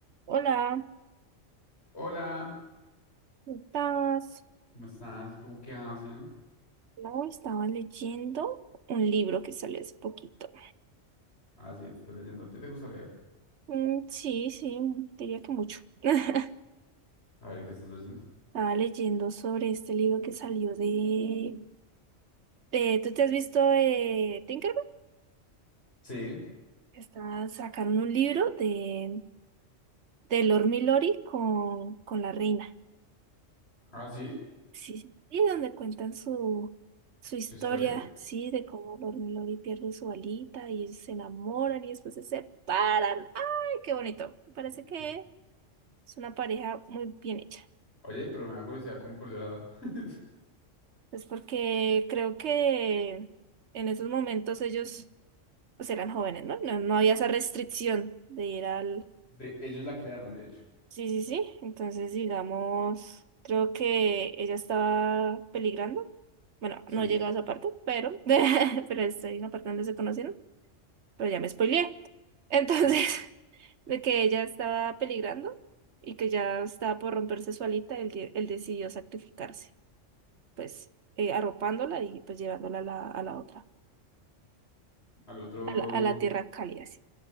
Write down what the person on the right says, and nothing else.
Hola,
¿cómo estás?
No, estaba leyendo un libro que salió hace poquito.
Mm, sí, sí, diría que mucho. <laughs>
Estaba leyendo sobre este libro que salió de... de- ¿tú te has visto de Tinkerbell?
Está, sacaron un libro de, de Lord Milori con, con la reina.
Sí, y donde cuentan su, su historia,
sí, de cómo dormilón y pierde su alita y ellos se enamoran y después se separan. ¡Ay, qué bonito! Me Parece
que
es una pareja muy bien hecha.
Es porque creo que en esos momentos ellos pues eran jóvenes, ¿no? No, no había esa restricción de ir al,
Sí, sí, sí. Entonces, digamos, creo que ella estaba peligrando. Bueno,
no he llegado a esa parte, pero, <laughs> pero estoy en la parte donde se conocieron. Pero ya me spoileé. Entonces,
<laughs> de que ella estaba peligrando y que ya estaba por romperse su alita, él, de- él decidió sacrificarse, pues eh, arropándola y pues llevándola a la, a la otra,
a la, a la tierra cálida. sí.